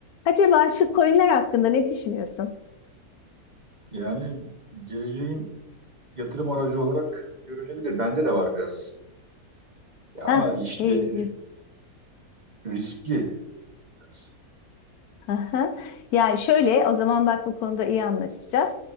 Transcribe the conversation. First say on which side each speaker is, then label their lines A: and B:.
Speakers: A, on the left; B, on the right.
A: Acaba şu coinler hakkında ne düşünüyorsun?
B: Yani geleceğin yatırım aracı olarak görünebilir. Bende de var biraz. Ya ama
A: Hah,
B: işte
A: iyi,
B: ri- riskli biraz.
A: Aha. Yani şöyle, o zaman bak bu konuda iyi anlaşacağız.